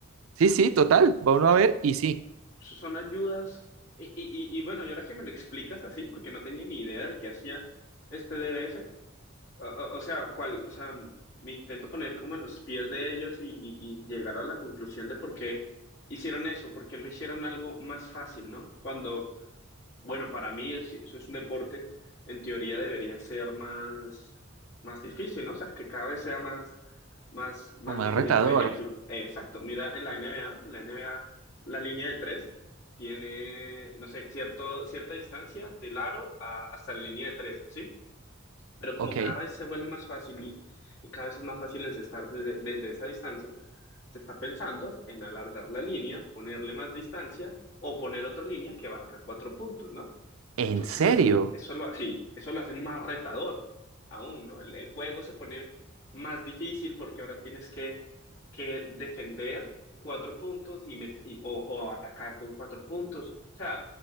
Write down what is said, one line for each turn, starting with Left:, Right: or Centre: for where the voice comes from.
Right: sí, sí, total, va uno a ver, y sí.
Left: son ayudas. Y, y, y, y bueno, y ahora que me lo explicas así, porque no tenía ni idea de qué hacía este D B S o, o- o sea, cuál, o sea, me intento poner como en los pies de ellos y, y, y llegar a la conclusión de por qué hicieron eso, por qué lo hicieron algo más fácil, ¿no? Cuando bueno, para mí es- eso es un deporte, en teoría debería ser más, más difícil, ¿no? O sea, que cada vez sea más, más, más
Right: Como más
Left: difícil.
Right: retador.
Left: Por ejemplo, eh, exacto, mira en la NBA, en la NBA la línea de tres tiene, no sé, cierto, cierta distancia del aro a- hasta la línea de tres, ¿sí? pero como
Right: Ok.
Left: cada vez se vuelve más fácil y, y cada vez es más fácil encestar desde, desde esa distancia, se está pensando en alargar la línea, ponerle más distancia o poner otra línea que valga cuatro puntos, ¿no?
Right: ¿En
Left: Entonces
Right: serio?
Left: eso, eso lo, sí, eso lo hace más retador aún, ¿no? El, el juego se pone más difícil porque ahora tienes que, que defender cuatro puntos y, met- y- o, o atacar con cuatro puntos. O sea,